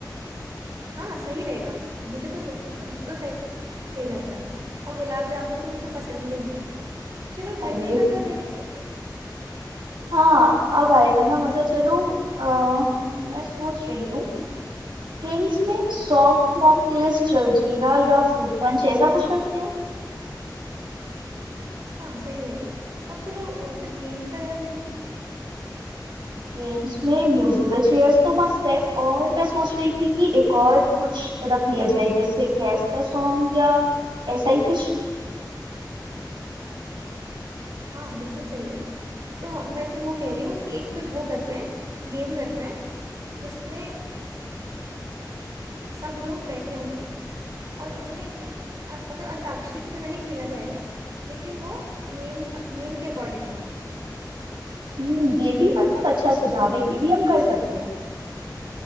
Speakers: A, on the right; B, on the right.
A: हाँ सही रहेगा मुझे तो मुझे तो बिल्कुल सही सही लग रहा है और गुलाब जामुन तो मुझे पसंद भी है चलो ड्रिंक्स
B: अरे
A: का क्या करेंगे
B: हाँ अब आएगा ना मजा चलो आ, मैं सोच रही हूँ ड्रिंक्स में सॉफ्ट मॉकटेल्स जलजीरा या फ्रूट पंच ऐसा कुछ रखते हैं
A: हाँ सही रहेगा अब चलो अ, फिर गेम्स का क्या करेंगे
B: गेम्स में म्यूजिकल चेयर्स तो मस्त है और मैं सोच रही थी कि एक और कुछ रख लिया जाए जैसे गैस द सॉन्ग या ऐसा ही कुछ
A: हाँ बिल्कुल सही है तो मैं तो वो कह रही हूँ कि एक कुछ वो करते हैं गेम करते हैं जिसमें सब लोग बैठे होंगे और उन्हें अ, मतलब अंताक्षरी की तरह ही खेला जाएगा लेकिन वो नेम नेम के अकॉर्डिंग होगा
B: हम्म ये भी मतलब अच्छा सुझाव है ये भी हम कर सकते हैं